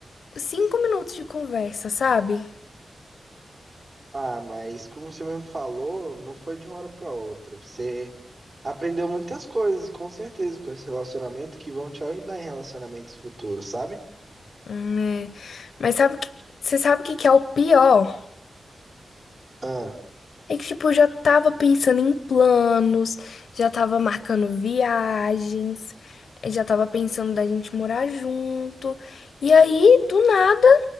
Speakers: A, on the left; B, on the right.
A: cinco minutos de conversa, sabe?
B: Ah, mas como você mesmo falou, não foi de uma hora pra outra. Você aprendeu muitas coisas, com certeza, com esse relacionamento que vão te ajudar em relacionamentos futuros, sabe?
A: Hum, é. Mas sabe que, você sabe o que que é o pior?
B: Ah,
A: É que, tipo, eu já tava pensando em planos, já tava marcando viagens, eh, já tava pensando da gente morar junto. E aí, do nada,